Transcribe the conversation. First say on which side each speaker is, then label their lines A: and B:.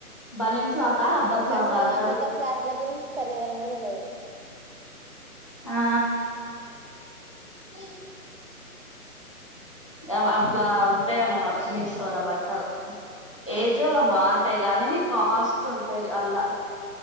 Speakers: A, on the left (about 20°); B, on the right (about 40°).
A: బనిన్ క్లాతా లబ్బర్ క్లాతా
B: అసలు
A: అంటారు
B: నాకైతే క్లాత్ల గురించి సరిగా తెలువనే తెలువదు
A: ఆహా ఆ ఉ <inaudible> అవ్ అట్లా ఉంటాయన్నమాట మీషోలా బట్టలు ఏజోలా బాగుంటాయి కానీ కాస్ట్ ఉంటాయి అల్లా